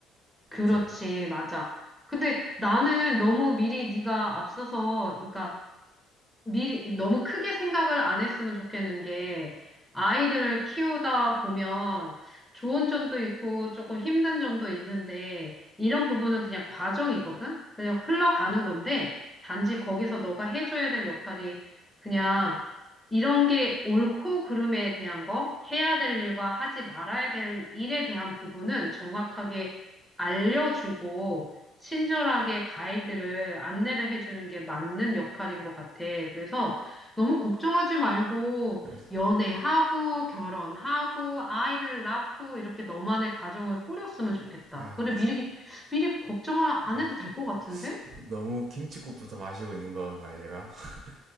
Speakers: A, in the centre; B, on the right.
A: 그렇지,
B: 그래서
A: 맞아. 근데 나는 너무 미리 네가 앞서서, 그러니까 미리 너무 크게 생각을 안 했으면 좋겠는 게 아이들을 키우다 보면 좋은 점도 있고 조금 힘든 점도 있는데 이런 부분은 그냥 과정이거든? 그냥 흘러가는 건데 단지 거기서 너가 해줘야 될 역할이 그냥 이런 게 옳고 그름에 대한 거, 해야 될 일과 하지 말아야 될 일에 대한 부분은 정확하게 알려주고 친절하게 가이드를 안내를 해주는 게 맞는 역할인 것 같아. 그래서 너무 걱정하지 말고
B: 그래서-
A: 연애하고 결혼하고 아이를 낳고 이렇게 너만의 가정을 꾸렸으면 좋겠다.
B: 아
A: 그래 미리 미리 걱정을 안
B: 진짜
A: 해도 될 것 같은데?
B: 너무 김칫국부터 마시고 있는 건가요 제가? <laughs>